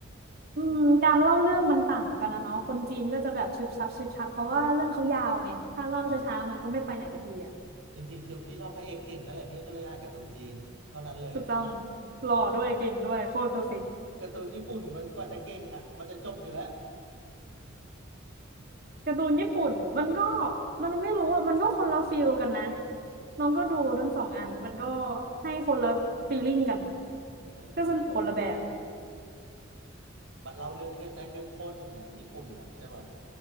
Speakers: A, on the right; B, on the right.
A: เออ
B: อืมการเล่าเรื่องมันต่างกันนะเนาะคนจีนก็จะแบบชึบชับชึบชับเพราะว่าเรื่องเขายาวไงถ้าเล่าช้าๆมันก็ไม่ไปไหนสักทีอ่ะ
A: ใช่ จริงๆคือพี่ชอบพระเอกเก่งนั่นแหละพี่ก็เลยอ่านการ์ตูนจีนเท่านั้นเลย
B: ถูกต้องหล่อด้วยเก่งด้วยโคตรเพอร์เฟกต์
A: การ์ตูนการ์ตูนญี่ปุ่นมันกว่าจะเก่งอ่ะมันจะจบอยู่แล้ว
B: <laughs> การ์ตูนญี่ปุ่นมันก็มันไม่รู้อ่ะมันก็คนละฟีลกันนะน้องก็ดูทั้งสองอันมันก็ให้คนละฟีลลิ่งกัน
A: ใช่ใช่
B: ก็สนุกคนละแบบ
A: มันเล่าเรื่องเข้มได้เข้มข้นไงญี่ปุ่นอ่ะใช่ป่ะ